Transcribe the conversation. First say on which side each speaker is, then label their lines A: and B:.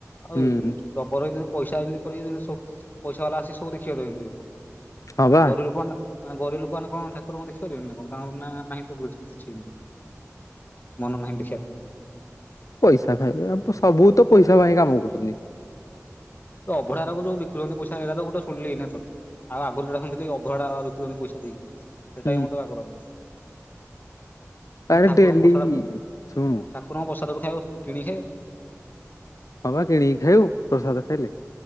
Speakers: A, on the left; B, on the left.
A: ଆଉ
B: ହୁଁ
A: ଜବର ଏମତି ପଇସା ଏମିତି କରି ପଇସା ବାଲା ଆସ ସବୁ ଦେଖିଆ କେମିତି?
B: ହଁ ବା
A: ଗରିଵ ଲୋକ ନା। ମାନେ କଣ ଗରିବ ଲୋକା ମାନେ କଣ ଠାକୁରଙ୍କୁ ଦେଖିପାରିବନି ନା କଣ ତାଙ୍କର ନାହିଁ କିଛି କିଛି। ମନ ନାହିଁ ଦେଖିଵାକୁ।
B: ପଇସା ଖାଇ ଆ ସବୁ ତ ପଇସା ପାଇଁ କାମ କରୁଛନ୍ତି।
A: ତ ଅଭଢା ଗୁରା ଯୋଉ ବିକୁଛନ୍ତି ପଇସା ହେ ତ ଗୋଟେ ଶୁିଣିଲି ଏଇନା ତୋଠୁ। ଆଉ ଆଗରୁ ଏଟା ଶୁଣିଥିଲି ଅଭଡା ବିକନ୍ତି ପଇସା ଦେଇକି, ସେଇଟା
B: ହୁଁ
A: ବି ମତେ ବାଗଲାଗୁନି।
B: ଆରେ
A: ମୁଁ ଠାକୁରଙ୍କ
B: ଡେଲି
A: ପ୍ରସାଦ
B: ଶୁଣୁ
A: ଠାକୁରଙ୍କ ପ୍ରସାଦ ଖାଇବ କିଣିକି ଖାଇବ।
B: ହଁ ବା କିଣିକି ଖାଇବୁ ପ୍ରସାଦ ଖାଇଲେ।